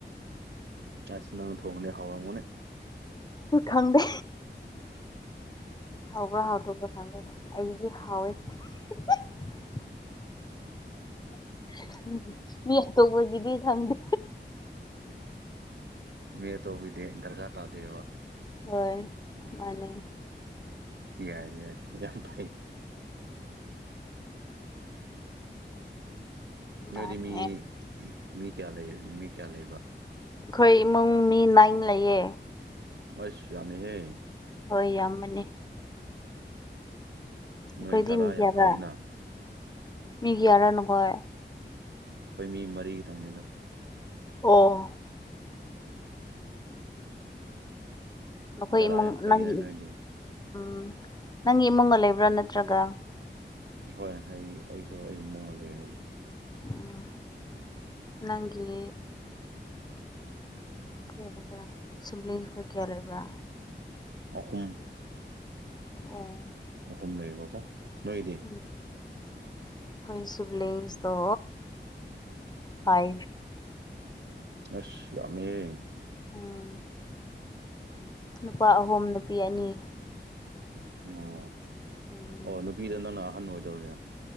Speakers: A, on the right (about 80°); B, on the left (about 20°).
A: ꯑꯁ ꯅꯪ ꯊꯣꯡꯅꯦ ꯍꯥꯎꯔꯝꯒꯅꯤ
B: ꯁꯨ ꯈꯪꯗꯦ ꯍꯥꯎꯕ꯭ꯔꯥ ꯍꯥꯎꯇꯕ꯭ꯔꯥ ꯈꯪꯗꯦꯗ ꯑꯩꯗꯤ ꯍꯥꯎꯋꯦ <unintelligible> <unintelligible> ꯃꯤ ꯑꯇꯣꯞꯄꯒꯤꯗꯤ ꯈꯪꯗꯦ
A: ꯃꯤ ꯑꯇꯣꯞꯄꯒꯤꯗꯤ ꯗꯔꯀꯥꯔ ꯇꯥꯗꯦꯕ
B: ꯍꯣꯏ ꯃꯥꯅꯤ
A: ꯌꯥꯏ ꯌꯥꯏ ꯌꯥꯝ ꯐꯩ ꯅꯣꯏꯗꯤ
B: ꯃꯥꯅꯦ
A: ꯃꯤ ꯃꯤ ꯀꯌꯥ ꯂꯩ ꯃꯤ ꯀꯌꯥ ꯂꯩꯕ
B: ꯑꯩꯈꯣꯏ ꯏꯃꯨꯡ ꯃꯤ ꯅꯥꯏꯟ ꯂꯩꯌꯦ
A: ꯑꯩꯁ ꯌꯥꯝꯃꯤꯍꯦ
B: ꯍꯣꯏ ꯌꯥꯝꯕꯅꯤ ꯑꯩꯈꯣꯏꯗꯤ
A: ꯅꯣꯏ ꯙꯔꯥ
B: ꯃꯤ ꯀꯌꯥꯔꯥ
A: ꯌꯥꯝ ꯐꯩꯌꯦꯅ
B: ꯃꯤ ꯀꯌꯥꯔ ꯅꯈꯣꯏ
A: ꯑꯩꯈꯣꯏ ꯃꯤ ꯃꯔꯤ ꯈꯤꯇꯪ ꯅꯤꯗ
B: ꯑꯣ ꯅꯈꯣꯏ
A: ꯙꯔꯥ
B: ꯏꯃꯨꯡ
A: ꯌꯥꯝ ꯐꯩꯅꯦ
B: ꯅꯪꯒꯤ
A: ꯅꯣꯏꯗꯤ
B: ꯎꯝ ꯅꯪꯒꯤ ꯏꯃꯨꯡꯒ ꯂꯩꯕ꯭ꯔꯥ ꯅꯠꯇ꯭ꯔꯒ
A: ꯍꯣꯏ ꯑꯩ ꯑꯩꯁꯨ ꯑꯩ ꯏꯃꯨꯡꯗ ꯂꯩꯗ ꯑꯗꯨꯝ
B: ꯎꯝ ꯅꯪꯒꯤ ꯀꯔꯤ ꯍꯥꯏꯒꯦꯔ ꯁꯤꯞꯂꯤꯁꯡ ꯈꯣꯏ ꯀꯌꯥ ꯂꯩꯕ꯭ꯔꯥ
A: ꯑꯍꯨꯝ
B: ꯑꯣ
A: ꯑꯍꯨꯝ ꯂꯩꯕ ꯀꯣ ꯅꯣꯏꯗꯤ
B: ꯎꯝ ꯑꯩꯈꯣꯏ ꯁꯤꯞꯂꯤꯡꯁꯇꯣ ꯐꯥꯏꯚ
A: ꯑꯁ ꯌꯥꯝꯃꯤꯍꯦ
B: ꯎꯝ ꯅꯨꯄꯥ ꯑꯍꯨꯝ ꯅꯨꯄꯤ ꯑꯅꯤ
A: ꯑꯣ
B: ꯎꯝ
A: ꯑꯣ ꯅꯨꯄꯤꯗ ꯅꯪꯅ ꯑꯍꯟ ꯑꯣꯏꯗꯧꯔꯤꯔꯥ